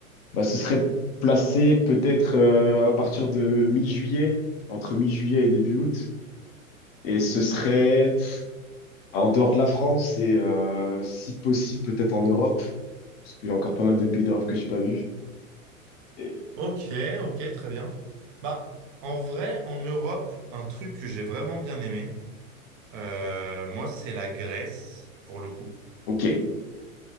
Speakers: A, on the left (about 45°); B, on the right (about 20°).
A: bah, ce serait placé peut-être euh, à partir de mi-juillet, entre mi-juillet et début août. Et ce serait... Bah, En dehors de la France et euh, si possible peut-être en Europe, parce qu'il y a encore pas mal de pays d'Europe que j'ai pas vu. Et-
B: Ok, ok, très bien. Bah, en vrai, en Europe, un truc que j'ai vraiment bien aimé, euh, moi, c'est la Grèce, pour le coup.
A: Ok,